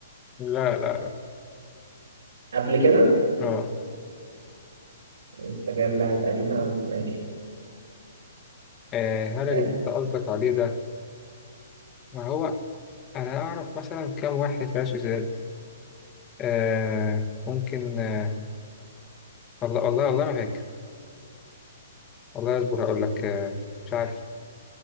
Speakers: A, on the left; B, on the right.
A: لا لا لا
B: قبل كده
A: اه
B: انت جايب لاعب قديم أوي ماشي
A: آه، هل اللي
B: ده-
A: انت قصدك عليه ده ما هو انا اعرف مثلا كام واحد في ريال سوسيداد آه ممكن آه، والله والله والله ما فاكر والله اصبر هقول لك آه، مش عارف